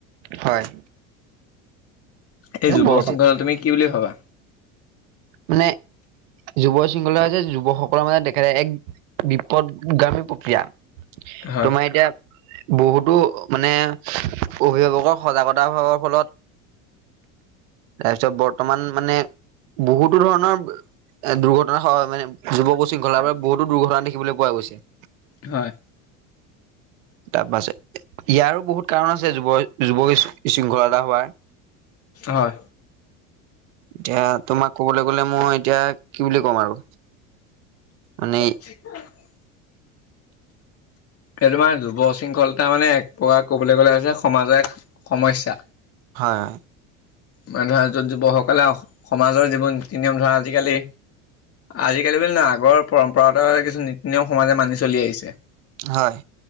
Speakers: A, on the right; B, on the left.
A: হয়
B: এই যুৱ
A: বু <inaudible>
B: শৃংখলতা তুমি কি বুলি ভাবা?
A: মানে যুৱ শৃংখলা হৈছে যুৱকসকলৰ মাজত দেখে এক বিপদগামী প্ৰক্ৰিয়া।
B: হয়
A: তোমাৰ এতিয়া? বহুতো মানে অভিভাৱকৰ সজাগতা অভাৱৰ ফলত তাৰপিছত বৰ্তমান মানে। বহুতো ধৰণৰ দুৰ্ঘটনা হয় মানে। যুৱ পচি গল। বহুতো দুৰ্ঘটনা দেখিবলৈ পোৱা গৈছে।
B: হয়।
A: তাৰ পাছে ইয়াৰো বহুত কাৰণ আছে যুৱ যুৱক শৃংখলতা হোৱাৰ।
B: হয়।
A: এতিয়া তোমাক ক'বলৈ গলে মই এতিয়া কি বুলি কম আৰু।
B: <inaudible>
A: মানে
B: এই তোমাৰ যুৱশৃংখলতা মানে এক কবলৈ গলে হৈছে সমাজে সমস্যা।
A: হয়।
B: মানে ধৰা য'ত যুৱসকলে সমাজৰ যিবোৰ নীতি নিয়ম ধৰা আজিকালি আজিকালি ব নহয় আগৰ পৰম্পৰাগত কিছু নীতি নিয়ম সমাজে মানি চলি আহিছে।
A: হয়।